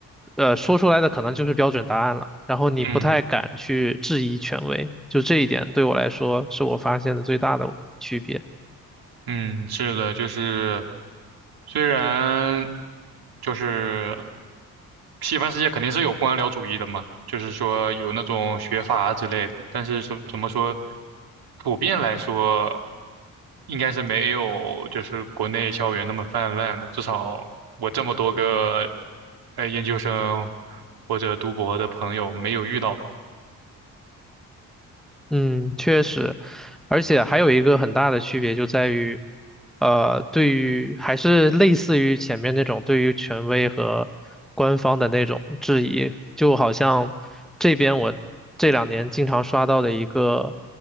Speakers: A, in the centre; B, on the right.
A: 呃，说出来的可能就是标准答案了，然后你不太敢去质疑权威，
B: 嗯。
A: 就这一点对我来说是我发现的最大的区别。
B: 嗯，是的，就是虽然就是西方世界肯定是有官僚主义的嘛，就是说有那种学阀之类的，但是说怎么说，普遍来说应该是没有就是国内校园那么泛滥的，至少我这么多个呃研究生或者读博的朋友没有遇到。
A: 嗯，确实，而且还有一个很大的区别就在于，呃，对于还是类似于前面那种对于权威和官方的那种质疑，就好像这边我这两年经常刷到的一个